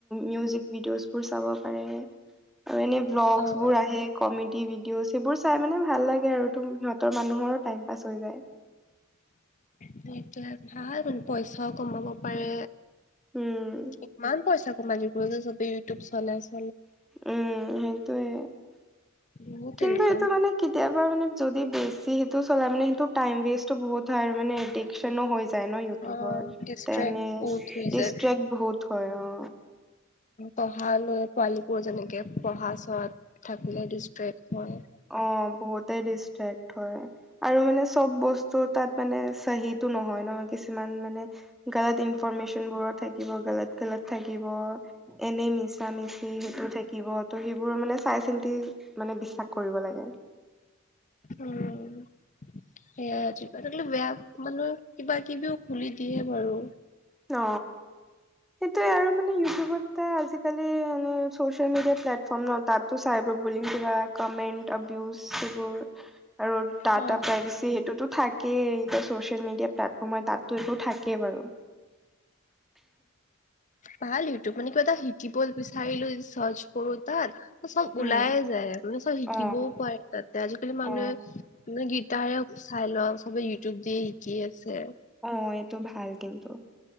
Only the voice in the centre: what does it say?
মিউজিক ভিডিঅ বোৰ চাব পাৰে। আৰু এনে ভ্লগ
বোৰ আহে কমেড ভিডিঅ' সেইবোৰ চাই মানে ভাল লাগে আৰু। সিহঁতৰ মানুহৰো টাইম পাছ হৈ যায়।
উম,
উম সেইটোয়ে
কিন্তু
এইটো মানে কেতিয়াবা মানে য বেছি সেইটো চলাই মানে সেইটো টাইম ৱেষ্টো বহুত হয় আৰু মানে এডিক্চনো হৈ য ন ইউটিউবৰ
তেনে
ডিচ্ৰেকট
বহুত হয় অ,
অ' বহুতে ডিষ্ট্ৰেক্ট হয়। আৰু মানে চব বস্তু তাত মানে চহিত তো নহয় ন'। কিছুমান মানে গলত ইনফৰমেশচনবোৰো থাকিব, গলত - গলত থাকিব। এনেই মিছামিছি সেইটো থাকিব, তো সেইবোৰ মানে চাইচিন্তি মানে বিশ্বাস কৰিব লাগে।
অ'। সেইটোয়ে আৰু মানে ইউটিউবত আজিকালি এনে চচিয়েল মিডিয় প্লেটফৰ্ম ন তাতো চাই। <unintelligible> কমেণ্ট অভিউজ সেই আৰু টাটা
প্ৰাইভেচী সেইটোতো থাকেই তা চচি <unintelligible> তাতটো একো থাকেই বাৰু।
উম
অ
অ
অ এইটো ভাল কিন্তু